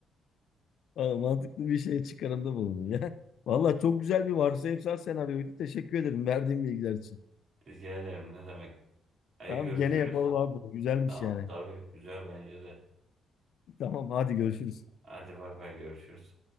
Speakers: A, on the left; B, on the right.
A: Aa, mantıklı bir şey çıkarımda bulundun ya. Valla çok güzel bir varsayımsal senaryoydu. Teşekkür ederim verdiğin bilgiler için.
B: Rica ederim ne demek. Hadi
A: Tamam
B: görüşürüz.
A: gene yapalım abi bunu. Güzelmiş
B: Tamam
A: yani.
B: tabii güzel bence de.
A: Tamam hadi görüşürüz.
B: Hadi bay bay görüşürüz.